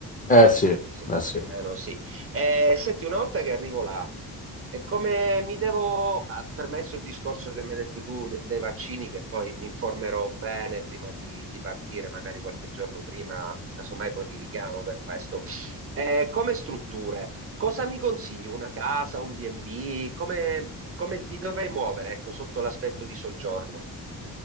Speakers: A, on the left; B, on the right.
A: Eh sì, eh
B: Se-
A: sì.
B: Più o meno sì. Eh, senti, una volta che arrivo là, e come mi devo, ah, permesso il discorso che mi hai detto tu de- dei vaccini, che poi mi informerò bene prima di, di partire, magari qualche giorno prima, casomai poi ti richiamo per questo. Eh, come strutture, cosa mi consigli? Una casa, un B&B? Come, come mi dovrei muovere, ecco, sotto l'aspetto di soggiorno?